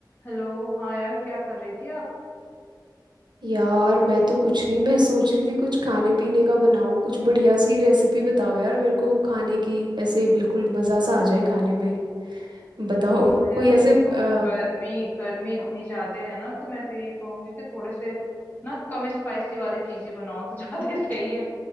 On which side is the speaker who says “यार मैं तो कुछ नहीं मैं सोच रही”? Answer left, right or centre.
Right